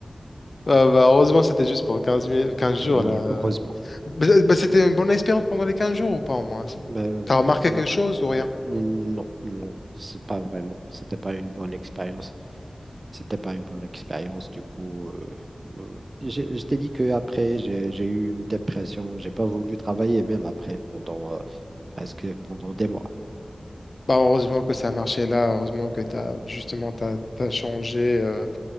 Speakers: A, on the left (about 60°); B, on the right (about 50°).
A: Ah, bah, heureusement, c'était juste pour quinze mi- 15 jours,
B: Ah Oui,
A: là.
B: heureusement.
A: Bah, bah, c'était une bonne expérience pendant les 15 jours ou pas au moins? C'est-
B: Mais euh,
A: T'as remarqué
B: euh,
A: quelque chose ou rien?
B: non, non, c'est pas vraiment. C'était pas une bonne expérience. C'était pas une bonne expérience, du coup. euh, euh, j'ai- je t'ai dit qu'après, j'ai j'ai eu une dépression. J'ai pas voulu travailler même après pendant euh, presque pendant des mois.
A: Bah, heureusement que ça a marché là, heureusement que t'as justement t'as, t'as changé. euh,